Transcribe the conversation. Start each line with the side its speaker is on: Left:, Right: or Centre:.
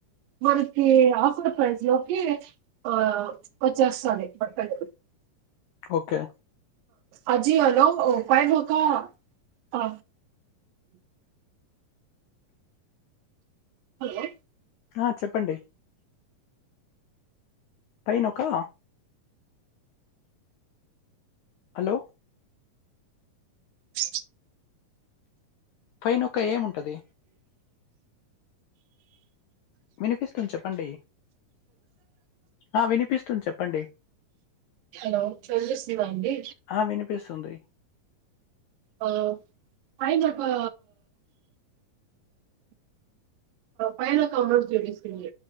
Right: మనకి ఆఫర్ ప్రైస్ లోకి ఆ వచ్చేస్తాది బట్టలు.
Left: ఓకే
Right: అజీయో లో ఓ ఫైవ్ ఒకా ఆ హలో
Left: ఆ చెప్పండి పైనొకా హలో
Right: అ
Left: పైనో క్క ఏముంటది వినిపిస్తుంది చెప్పండి ఆ వినిపిస్తుంది చెప్పండి
Right: హలో హలో వినిపిస్తుందా అండి
Left: ఆ వినిపిస్తుంది.
Right: ఆ పైనొకా పైనొక అమౌంట్ చూపిస్తుంది.